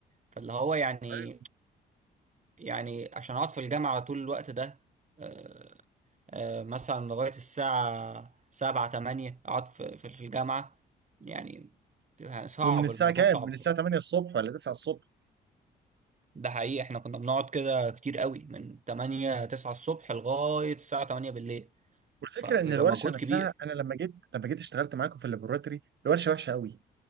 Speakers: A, on the right; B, on the right.
A: فاللي هو يعني
B: أيوة.
A: يعني عشان اقعد في الجامعه طول الوقت ده آه، آه، مثلا لغايه الساعه 7 8 اقعد في في في الجامعه يعني يعني صعب
B: ومن الساعه
A: الموضوع
B: كام؟
A: صعب
B: من الساعه 8 الصبح ولا 9 الصبح
A: ده حقيقي احنا كنا بنقعد كده كتير قوي من 8 9 الصبح لغايه الساعه 8 بالليل
B: والفكره
A: فبيبقى
B: ان الورشه
A: مجهود
B: نفسها
A: كبير
B: انا لما جيت لما جيت اشتغلت معاكم في اللابوراتوري الورشه وحشه قوي